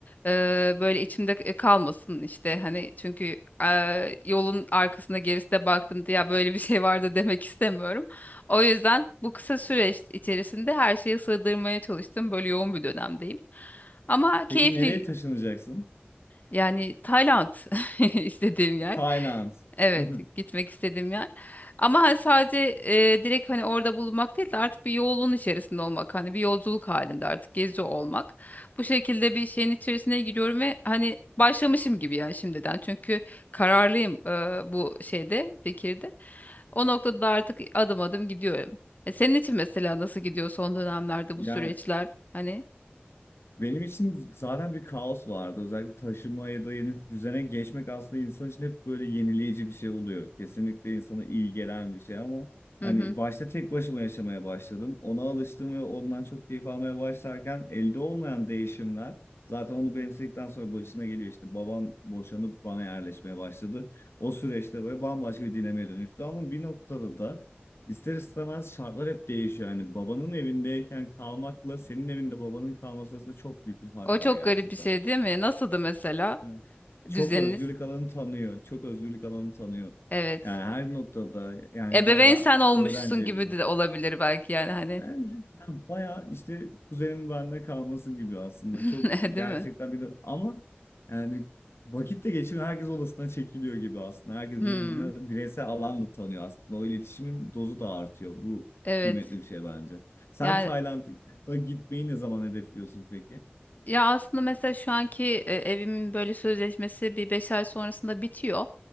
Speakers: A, on the left (about 45°); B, on the left (about 85°).
A: Eee, böyle içimde k- kalmasın işte hani çünkü eee, yolun arkasında gerisine baktım diye "Ya böyle bir şey vardı <laughs> demek istemiyorum. O yüzden bu kısa süreç içerisinde her şeyi sığdırmaya çalıştım. Böyle yoğun bir dönemdeyim. Ama keyifli
B: Peki nereye taşınacaksın?
A: yani Tayland <laughs> istediğim yer.
B: Tayland.
A: Evet,
B: <laughs>
A: gitmek istediğim yer. Ama hani sadece e, direkt hani orada bulunmak değil de artık bir yolun içerisinde olmak, hani bir yolculuk halinde artık gezi olmak. Bu şekilde bir şeyin içerisine giriyorum ve hani başlamışım gibi ya şimdiden. Çünkü kararlıyım e, bu şeyde, fikirde. O noktada da artık adım adım gidiyorum. E, senin için mesela nasıl gidiyor son dönemlerde
B: Yani
A: bu süreçler? Hani
B: benim için zaten bir kaos vardı. Özellikle taşıma ya da yeni düzene geçmek aslında insan için hep böyle yenileyici bir şey oluyor. Kesinlikle insana iyi gelen bir şey ama
A: hı
B: hani
A: hı.
B: başta tek başıma yaşamaya başladım. Ona alıştım ve ondan çok keyif almaya başlarken elde olmayan değişimler zaten onu benimsedikten sonra başına geliyor işte. Babam boşanıp bana yerleşmeye başladı. O süreçte böyle bambaşka bir dinamiğe dönüştü ama bir noktada da İster istemez şartlar hep değişiyor. Yani babanın evindeyken kalmakla senin evinde babanın kalması arasında çok büyük bir fark
A: O çok
B: var gerçekten.
A: garip bir şey değil mi? Nasıldı mesela?
B: Evet. Çok
A: Düzeniniz.
B: özgürlük alanı tanıyor. Çok özgürlük alanı tanıyor.
A: Evet.
B: Yani her noktada yani
A: Ebeveyn
B: bayağı
A: sen olmuşsun
B: öğrenci evi
A: gibi
B: gibi.
A: de olabilir belki yani hani.
B: Yani ya bayağı işte kuzenin bende kalması gibi aslında.
A: <laughs>
B: Çok gerçekten
A: Değil mi?
B: bir de ama yani vakitte geçiyor. Herkes odasına çekiliyor gibi aslında. Herkes birbirine
A: Hmm,
B: bireysel alan da tanıyor aslında. O iletişimin dozu da artıyor. Bu
A: evet.
B: kıymetli bir şey bence. Sen
A: Yani
B: Tayland'a gitmeyi ne zaman hedefliyorsun peki?
A: ya aslında mesela şu anki e, evimin böyle sözleşmesi bir beş ay sonrasında bitiyor.